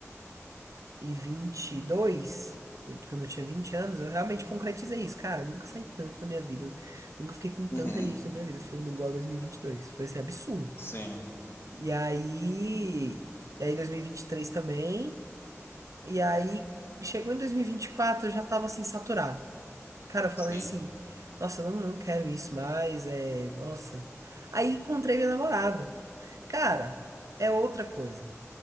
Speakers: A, on the right; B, on the left.
A: 2022, eu- quando eu tinha 20 anos, eu realmente concretizei isso. Cara, eu nunca saí tanto na minha vida, nunca fiquei com tanta
B: Uhum.
A: gente na minha vida. Foi igual a dois, mil e vinte e dois, foi assim, absurdo.
B: Sim.
A: E aí, e aí dois mil e e vinte e três também, e aí chegou em dois mil e e vinte e quatro, eu já tava assim, saturado. Cara, eu falei
B: Sim.
A: assim, nossa, eu não, não quero isso mais, é, nossa. Aí encontrei minha namorada. Cara, é outra coisa.